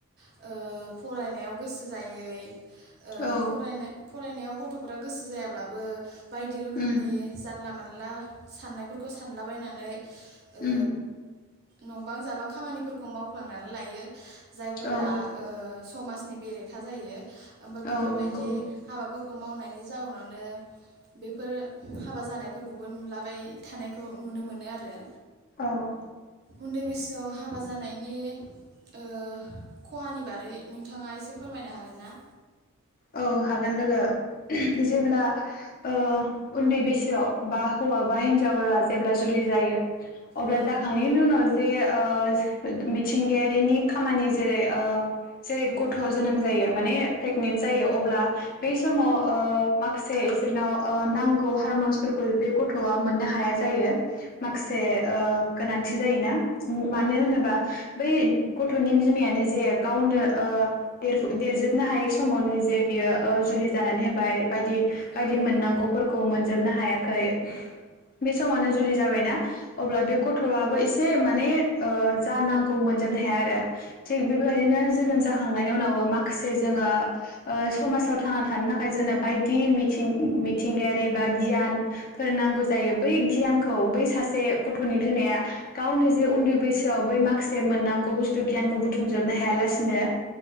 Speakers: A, on the right; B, on the left.
A: ओ फरायनायाव गोसो जायै ओ
B: औ
A: फरायनाय फरायनायाव गथ'फोरा गोसो जायाब्लाबो बायदि रोखोमनि
B: उम
A: जानला मानल ला साननायफोरखौ सानलाबायनानै ओ
B: उम
A: नंबां जाबां खामानिफोरखौ मावफ्लांनानै लायो जायफोरा
B: औ
A: ओ समाजनि बेरेखा जायो। ओमफाय बेफोरबायदि
B: औ नंगौ
A: हाबाफोर खौ मावनायनि जाउनावनो बेफोर हाबा जानायफोरखौबो नुलाबाय थानायखौ नुनो मोनो आरो।
B: औ
A: उन्दै बैस याव हाबा जानायनि ओ खहानि बारै नोंथाङा एसे फोरमायनो हागोन ना?
B: औ हागोन लोगो जेब्ला ओ उन्दै बैसोआव बा हौवा बा हिनजावा जेब्ला जुलि जायो अब्ला
A: औ
B: जाखांनायनि उनाव जे ओ मिथिंगायारिनि खामानि जेरै ओ जेरै
A: ओ
B: गथ' जोनोम जायो माने प्रेगनेन्सि जायो। अब्ला बे समाव ओ माखसे बिसोरनाव नांगौ हारमन्सफोरखौ बे गथ'आ मोननो हाया माखसे ओ गोनां थि जायोना? मानो होनोबा बै गथनि बिमायानो जे गावनो ओ देरफ-देरजोबनो हायि सम मावनो जे बियो जुलि जानानै होबाय बायदि
A: माने
B: बायदि मोननांगौफोरखौ मोन जोबनो हायाखै बे समावनो जुलि जाबायना अब्ला बे गथ'आबो एसे माने जानां गौमोन जोबनो हाया आरो थिग बेबायदिनो जोनोम जाखांनायनि उनावबो माखा खासे जोङो ओ समाजाव थांना थानो थाखाय जोंनो बायदि मिथिं-मिथिंगायारि बेबा गियान फोर नांगौ जायो बै गियानखौ बै सासे गथ'नि बिमाया गावनो जे उन्दै बैसोआव बै माखासे मोननांगौ बुस्थु गियानखौ बुथुमजोबनो हाया लासेनो